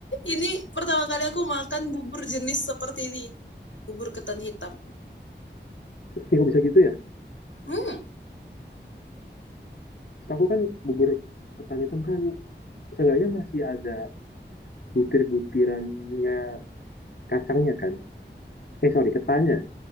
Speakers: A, on the left; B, on the left.
A: ini pertama kali aku makan bubur jenis seperti ini. Bubur ketan hitam.
B: ih, kok bisa gitu ya?
A: Hmm,
B: Setahuku kan bubur ketan hitam kan seenggaknya masih ada butir-butirannya kacangnya kan? Eh, sorry, ketannya.